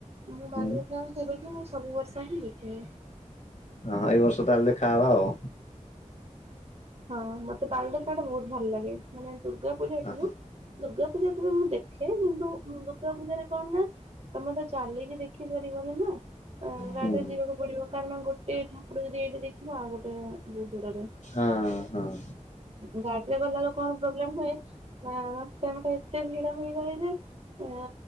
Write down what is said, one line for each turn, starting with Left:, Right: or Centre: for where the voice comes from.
Right: ମୁଁ
Left: ହୁଁ।
Right: ବାଲିଯାତ୍ରା ସେବେଠୁ ସବୁ ବର୍ଷ ହିଁ ଦେଖିଲି।
Left: ହଁ ଏଇ ବର୍ଷ ତାହେଲେ ଦେଖା ହବା ଆଉ।
Right: ହଁ ମତେ ବାଲିଯାତ୍ରା ଟା ବହୁତ୍ ଭଲ୍ ଲାଗେ, ମାନେ ଦୁର୍ଗା ପୂଜାକୁ
Left: ହୁଁ
Right: ଦୁର୍ଗା ପୂଜାକୁ ବି ମୁଁ ଦେଖେ। କିନ୍ତୁ ଦୁର୍ଗା ପୂଜାରେ କଣ ନା ତମେ ତ ଚାଲିକି ଦେ ଖି ପାରିବନି ନା, ଗାଡିରେ
Left: ହୁଁ
Right: ଯିବାକୁ ପଡିବ। କାରଣ ଗୋଟେ ଠାକୁର ଯଦି ଏଇଠି ଦେଖିବ, ଆଉ ଗୋଟେ ବହୁତ୍ ଦୂରରେ।
Left: ହଁ-ହଁ।
Right: ଗାଡିରେ ଗଲାବେଳେ କଣ ପ୍ରୋବ୍ଲେମ୍ ହୁଏ, ନା ରାସ୍ତା ଘାଟ ଏତେ ଭିଡ ହେଇଯାଏ ଯେ ଆ